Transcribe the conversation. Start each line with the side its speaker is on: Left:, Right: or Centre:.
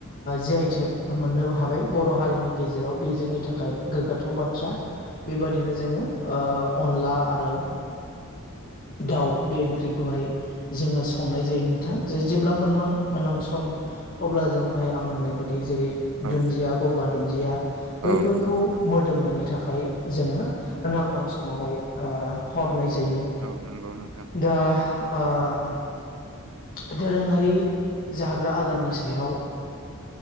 Left: जि आइथेक मोननोबो हाबाय। बर' हारिनि गेजेराव बे जोंनि थाखाय गोग्गाथाव बाथ्रा। बेबादिनो जोङो ओ अनला आरो दाउ बे ओंख्रिखौहाय जोङो संनाय जायो। नोंथां ज जेब्ला मोनहां-मोनहां सम अब्ला जों दहाय आं होननाय बादि जेरै
Right: औ
Left: दुन्दिया, गंगार दुन्दिया बैफोरखौ
Right: औ नंगौ नोंथां
Left: मोदोमनायनि थाखाय जोङो मोनहां-हां समावहाय ओ हरनाय जायो। यो
Right: औ नंगौ नोंथां
Left: दा ओ। दोरोङारि जाग्रा आदारनि सायाव